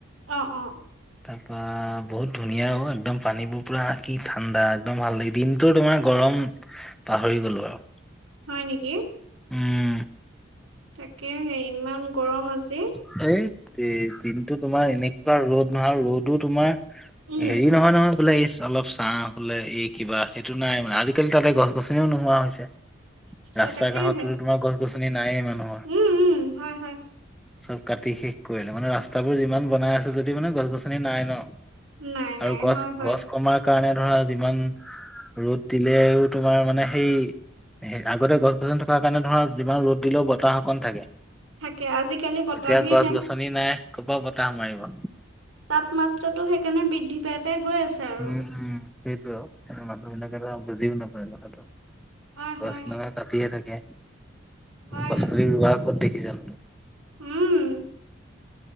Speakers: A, on the right (about 85°); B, in the centre.
A: অ', অ'।
B: তাত। বা বহুত ধুনীয়া অ', একদম পানীবোৰ পুৰা কি ঠাণ্ডা একদম ভাল লাগে, দিনটো তোমাৰ গৰম পাহৰি গ'লোঁ আৰু।
A: হয় নেকি?
B: উম।
A: তাকে হে ইমান গৰম আজি।
B: হেট তেৰি দিনটো তোমাৰ এনেকুৱা ৰ'দ নহয় ৰ'দো তোমাৰ
A: উম
B: হেৰি নহয় নহয়। বোলে এই অলপ চা বোলে এই কিবা সেইটো নাই মানে আজিকালি তাতে গছ গছনিও নোহোৱা হৈছে।
A: আচ্ছা
B: ৰাস্তা
A: তাকেহে
B: কাষতো তোমাৰ গছ গছনি নাইেই মানুহৰ।
A: উম উম হয় হয়।
B: চব কাটি শেষ কৰিলে মানে ৰাস্তাবোৰ যিমান বনাই আছে যদি মানে গছ গছনি নাই ন।
A: নাই
B: আৰু
A: নাই
B: গছ
A: হয় হয়
B: গছ কমাৰ কাৰণে ধৰা যিমান ৰ'দ দিলেও তোমাৰ মানে সেই সেই আগতে গছ গছনি থকাৰ কাৰণে ধৰা যিমান ৰ'দ দিলেও বতাহ অকন থাকে।
A: থাকে আজিকালি বতাহেই
B: এতিয়া
A: নাই।
B: <unintelligible> নাই কৰ পৰা বতাহ মাৰিব।
A: তাপমাত্ৰাটো সেইকাৰণে বৃদ্ধি পাই পাই গৈ আছে। আৰু
B: উম, উম, সেইটোৱে আৰু মানহ বিলকেটো বুজিও নাপায় কথাটো।
A: হয়
B: গছ
A: হয়
B: মানুহে কাটি হে থাকে
A: হয়
B: গছ পুলি ৰুৱা কত দেখিছানো।
A: উম।